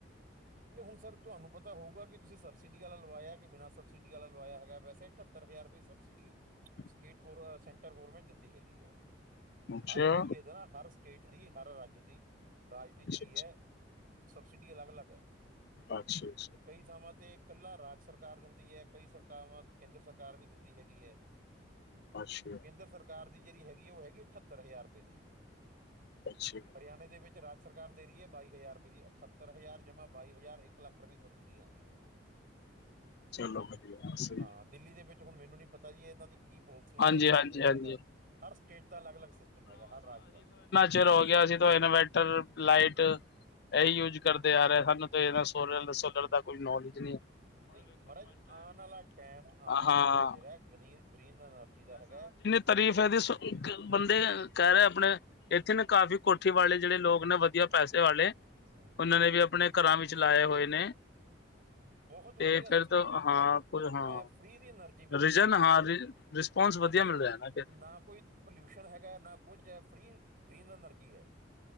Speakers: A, on the right; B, on the left.
A: ਇਹ ਹੁਣ ਸਰ ਤੁਹਾਨੂੰ ਪਤਾ ਹੋਊਗਾ ਕਿ ਤੁਸੀਂ ਸਬਸਿਡੀ ਆਲਾ ਲਵਾਇਆ ਕਿ ਬਿਨਾਂ ਸਬਸਿਡੀ ਆਲਾ ਲਵਾਇਆ ਹੈਗਾ ਵੈਸੇ ਅ ਸੱਤਰ ਹਜ਼ਾਰ ਰੁਪਏ ਸਬਸਿਡੀ
B: <inaudible>
A: ਸਟੇਟ ਗ ਸੈਂਟਰ ਗੌਰਮੈਂਟ ਦਿੰਦੀ ਹੈਗੀ ਐ।
B: ਅੱਛਾ
A: ਹਰ ਏਰੀਏ ਦਾ ਨਾ, ਹਰ ਸਟੇਟ ਦੀ, ਹਰ ਰਾਜ ਦੀ, ਰਾਜ ਦੀ
B: ਅੱਛਾ
A: ਜਿਹੜੀ ਐ। ਸਬਸਿਡੀ ਅਲਗ-ਅਲਗ ਐ।
B: ਅੱਛਾ-ਅੱਛਾ,
A: ਕਈ ਥਾਵਾਂ ਤੇ ਇਕੱਲਾ ਰਾਜ ਸਰਕਾਰ ਦਿੰਦੀ ਐ ਕਈ ਸਰ ਕੇਂਦਰ ਸਰਕਾਰ ਵੀ ਦਿੰਦੀ ਹੈਗੀ ਐ, ਕੇਂਦਰ
B: ਅੱਛਾ
A: ਸਰਕਾਰ ਸਰਕਾਰ ਦੀ ਜਿਹੜੀ ਹੈਗੀ ਐ ਉਹ ਹੈਗੀ ਅਠੱਤਰ ਹਜ਼ਾਰ ਰੁਪਏ ਦੀ।
B: ਅੱਛਾ,
A: ਹਰਿਆਣੇ ਦੇ ਵਿੱਚ ਰਾਜ ਸਰਕਾਰ ਦੇ ਰੀ ਐ ਬਾਈ ਹਜ਼ਾਰ ਰੁਪਏ ਦੀ ਅਠੱਤਰ ਹਜ਼ਾਰ ਜਮਾ। ਬਾਈ ਹਜ਼ਾਰ ਇੱਕ ਲੱਖ ਰੁਪਈ ਦੀ ਸਬਸਿਡੀ ਆਦੀ ਐ।
B: ਚਲੋ ਵਧੀਆ ਸਹੀ।
A: ਹਾਂ ਦਿੱਲੀ ਦੇ ਵਿੱਚ ਹੁਣ ਮੈਨੂੰ ਨੀ ਪਤਾ ਜੀ ਇਹਨਾਂ ਦੀ ਕੀ ਪੋਲਸੀਆਂ
B: ਹਾਂਜੀ
A: ਨੇ ਕੀ
B: ਹਾਂਜੀ
A: ਨੀ ਹੈਗਾ।
B: ਹਾਂਜੀ
A: ਹਰ ਸਟੇਟ ਦਾ ਅਲੱਗ-ਅਲੱਗ ਸਿਸਟਮ ਹੈਗਾ, ਹਰ ਰਾਜ ਦਾ।
B: ਚਲ ਹੋ ਗਿਆ ਸੀ ਤੋ ਇਨਵੈਟਰ ਲਾਈਟ ਇਹੀ ਯੂਜ ਕਰਦੇ ਆ ਰੇ ਆ ਸਾਨੂੰ ਤੇ ਇਨਾਂ ਸੋਲਲ ਸੋਲਰ ਦਾ ਕੋਈ ਨੌਲੇਜ ਨੀਂ ਐ।
A: ਨਈ ਮਹਾਰਾਜ ਆਣ ਆਲਾ ਟੈਮ ਆਣ ਆਲਾ
B: ਹਾਂ
A: ਟੈਮ ਜਿੜਾ ਗਨੀ, ਗ੍ਰੀਨ ਅਨਰਜੀ ਦਾ ਹੈਗਾ।
B: ਤਰੀਫ਼ ਐਦੀ ਸ-ਕ, ਬੰਦੇ ਕੈ ਰੇ ਅਪਣੇ ਇੱਥੇ ਨਾ ਕਾਫ਼ੀ ਕੋਠੀ ਵਾਲੇ ਜਿਹੜੇ ਲੋਗ ਨੇ ਵਧੀਆ ਪੈਸੇ ਵਾਲੇ
A: ਹੂੰ ਹੂੰ
B: ਉਨਾਂ ਨੇ ਵੀ ਆਪਣੇ ਘਰਾਂ ਵਿੱਚ ਲਾਏ ਹੋਏ ਨੇ।
A: ਅ ਬਹੁਤ
B: ਤੇ
A: ਵਧੀਆ
B: ਫਿਰ
A: ਸਿਸਟਮ
B: ਤਾਂ
A: ਐ ਮਾਰਾਜ
B: ਹਾਂ
A: ਧੁੱਪ
B: ਕੁਝ ਹਾਂ
A: ਫ੍ਰੀ ਦੀ ਅਨਰਜੀ ਮਿਲਦੀ
B: ਰੀਜਨ
A: ਪਈ ਐ।
B: ਹਾਂ ਰਿਸਪੋਂਸ ਵਧੀਆ
A: ਕੋ ਕਿਨ,
B: ਮਿਲ ਰਿਹਾ ਫਿਰ
A: ਨਾ ਕੋਈ ਪਲਿਊਸ਼ਨ ਹੈਗਾ, ਨਾ ਕੁੱਝ ਐ, ਫ੍ਰੀ ਗ੍ਰੀਨ ਅਨਰਜੀ ਐ।